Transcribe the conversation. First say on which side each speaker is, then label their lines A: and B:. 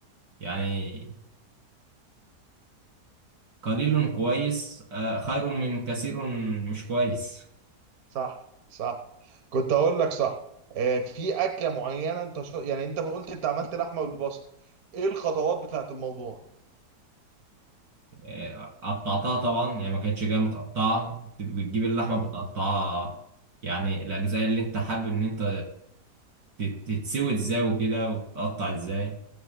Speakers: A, on the right (about 80°); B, on the right (about 60°).
A: يعني قليل كويس آه، خير من كثير مش كويس
B: صح صح كنت اقول لك صح آه في اكله معينه انت شو... يعني انت قلت انت عملت لحمه والبصل ايه الخطوات بتاعت الموضوع
A: آه، قطعتها طبعا يعني ما كانتش جايه متقطعه بت- بتجيب اللحمه
B: امم
A: بتقطعها يعني الاجزاء اللي انت حابب ان انت تت- تتسوي ازاي وكده وتقطع ازاي